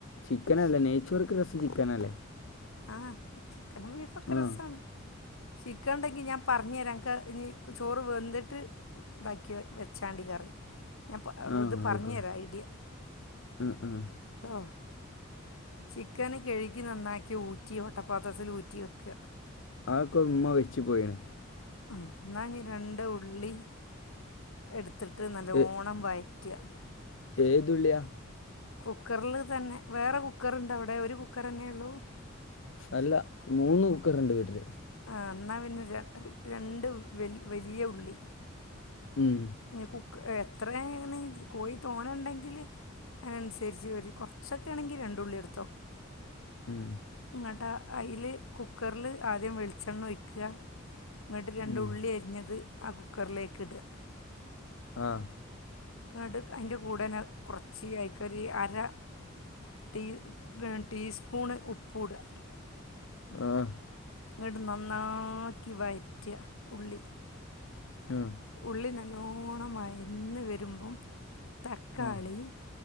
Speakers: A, on the left; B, on the left.
A: ചിക്കൻ അല്ലേ നെയ്ച്ചോർക്ക് രസം ചിക്കനല്ലേ?
B: ആ ചിക്കനും ബീഫൊക്കെ
A: ആ
B: രസാണ് ചിക്കൻ ഉണ്ടെങ്കിൽ ഞാൻ പറഞ്ഞുതരാം എക്ക് ഇനി ചോറ് വെന്തിട്ട് ഇതാക്കി വെ വെച്ചാതി കറി ഞാൻ പ
A: ആഹ്
B: ഇത് പറഞ്ഞു
A: ആയിക്കോട്ടെ
B: തരാം ഐഡിയ
A: ആഹ് ആഹ്.
B: ട്ടോ ചിക്കന് കഴുകി നന്നാക്കി ഊറ്റി വട്ടപാത്രത്തിൽ ഊറ്റി വെക്കുക.
A: അതൊക്കെ ഉമ്മ വെച്ചു പോയാണ്.
B: എന്നാ ഇനി രണ്ട് ഉള്ളി എടുത്തിട്ട് നല്ലോണം
A: ഏ-
B: വഴറ്റുക
A: ഏത് ഉള്ളിയാ?
B: കുക്കറിൽ തന്നെ വേറെ കുക്കറുണ്ടോ അവിടെ ഒരു കുക്കർ തന്നേ ഉള്ളൂ?
A: അല്ല മൂന്ന് കുക്കറുണ്ട് വീട്ടില്
B: ആഹ് എന്നാ പിന്നെ രണ്ട് രണ്ട് വലി വലിയ ഉള്ളി.
A: ഉം
B: ഇനി കുക്ക് എത്രയായാണ് കോയി തോനെ ഉണ്ടെങ്കില്? അതിനനുസരിച്ച് വരും കുറച്ചൊക്കെ ആണെങ്കി രണ്ട് ഉള്ളി എടുത്തോ
A: ഉം
B: എന്നിട്ട അയില് കുക്കറിൽ ആദ്യം വെളിച്ചെണ്ണ ഒഴിയ്ക്കുക എന്നിട്ട് രണ്ട്
A: ഉം.
B: ഉള്ളി അരിഞ്ഞത് ആ കുക്കറിലേക്ക് ഇടുക.
A: ആഹ്
B: ന്നട് അതിന്റെ കൂടേന് കൊറച്ച് <unintelligible> അര ടീ ടീസ്പൂൺ ഉപ്പൂടിക
A: ആഹ്.
B: എന്നിട്ട് നന്നാക്കി വയറ്റുക ഉള്ളി.
A: ഉം
B: ഉള്ളി നല്ലോണ്ണം വയന്ന് വരുമ്പം തക്കാളി
A: ആ